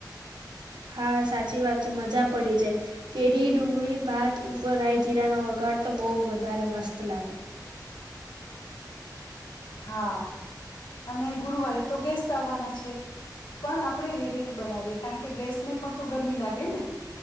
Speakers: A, on the right; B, on the left.
A: હા, સાચી વાત છે, મજા પડી જાય, કેરી, ડુંગળી, ભાત ઉપર રાય જીરા નો વઘાર તો બો વધારે મસ્ત લાગે.
B: હા. અને ગુરુવારે તો ગેસ્ટ આવવાના છે, પણ આપણે હેવી નહી બનાવીએ કારણ કે ગેસને પણ તો ગરમી લાગેને.